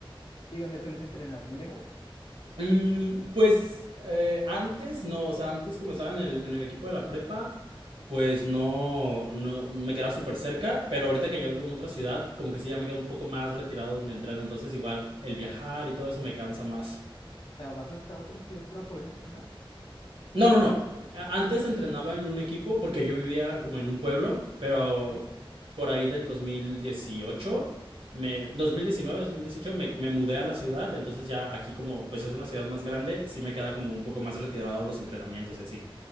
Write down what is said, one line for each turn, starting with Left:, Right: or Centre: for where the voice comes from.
Left: ¿Y dónde sueles entrenar? ¿Muy lejos?
Right: Mm, pues eh, antes, no, o sea, antes como estaba en el, en el equipo de la prepa, pues no, no me quedaba súper cerca, pero ahorita que ya vivo en otra ciudad, como que sí, ya me quedo un poco más retirado donde entreno, entonces igual el viajar y todo eso me cansa más.
Left: O sea, ¿vas hasta otra ciudad para poder entrenar?
Right: No, no, no. A- Antes entrenaba en un equipo porque yo vivía como en un pueblo, pero
Left: Ah, ok.
Right: por ahí del 2018, me, 2019, 2018, me, me mudé a la ciudad, entonces ya aquí como, pues ya es una ciudad más grande, sí me queda como un poco más retirado los entrenamientos y así.